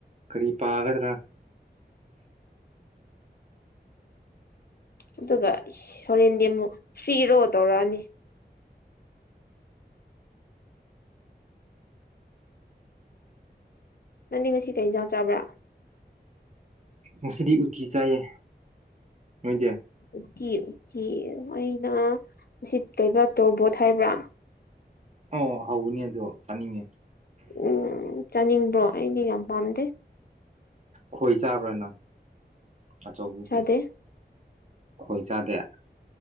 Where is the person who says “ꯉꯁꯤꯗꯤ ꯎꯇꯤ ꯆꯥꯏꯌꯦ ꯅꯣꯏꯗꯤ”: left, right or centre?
Right